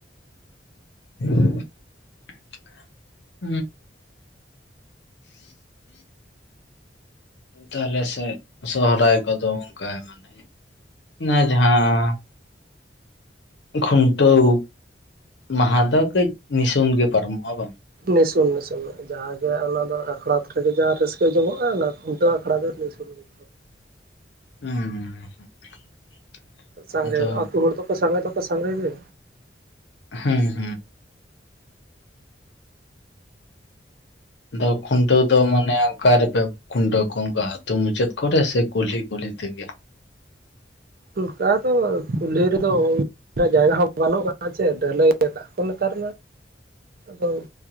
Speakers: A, on the left; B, on the right.
A: <inaudible> ᱛᱟᱦᱞᱮ ᱥᱮ ᱥᱚᱦᱨᱟᱭ ᱠᱚᱫᱚ ᱚᱱᱠᱟᱭ ᱢᱟᱱᱮ ᱱᱚᱟ ᱡᱟᱦᱟ ᱠᱷᱩᱱᱴᱟᱹᱣ ᱢᱟᱦᱟ ᱫᱚ ᱠᱟᱹᱡ ᱱᱩᱥᱟᱹᱱ ᱜᱮ ᱯᱟᱨᱚᱢᱚᱜᱼᱟ ᱵᱟᱝ
B: ᱱᱤᱥᱩᱱ ᱱᱤᱥᱩᱱ ᱡᱟᱦᱟ ᱜᱮ ᱚᱱᱟ ᱫᱚ ᱟᱠᱷᱲᱟ ᱨᱮᱜᱮ ᱡᱟᱦᱟᱸ ᱨᱟᱹᱥᱠᱟᱹ ᱡᱚᱢᱚᱜᱼᱟ ᱚᱱᱟ ᱠᱷᱩᱱᱴᱟᱹᱣ ᱟᱠᱷᱲᱟ ᱫᱚ ᱱᱤᱥᱩᱱ ᱜᱮ
A: <unintelligible>
B: ᱥᱟᱜᱮ
A: ᱟᱫᱚ
B: ᱚᱹᱛᱳ ᱦᱚᱲ ᱫᱚᱠᱚ ᱥᱟᱜᱮ ᱫᱚᱠᱚ ᱥᱟᱜᱮ ᱜᱮ
A: ᱦᱩ ᱦᱩ ᱫᱚ ᱠᱷᱩᱱᱴᱟᱹᱣ ᱫᱚ ᱢᱟᱱᱮ ᱚᱠᱟ ᱨᱮᱯᱮ ᱠᱷᱩᱱᱹᱴᱟᱶ ᱠᱚᱶᱟ ᱚᱱᱠᱟ ᱟᱹᱛᱳ ᱢᱩᱪᱟᱹᱫ ᱠᱚᱨᱮ ᱥᱮ ᱠᱩᱞᱦᱤ ᱠᱚᱨᱮ <inaudible> ᱛᱮᱜᱮ
B: ᱚᱱᱟᱠᱟ ᱫᱚ ᱠᱩᱞᱦᱤ ᱨᱮᱫᱚ ᱡᱟᱭᱹᱜᱟ ᱦᱚᱸ ᱵᱟᱱᱹᱩᱜ ᱠᱟᱱᱟ ᱪᱮ ᱰᱷᱟᱹᱞᱟᱹᱭ ᱟᱠᱟᱜ ᱟᱠᱚ ᱱᱮᱛᱟᱨ ᱫᱚ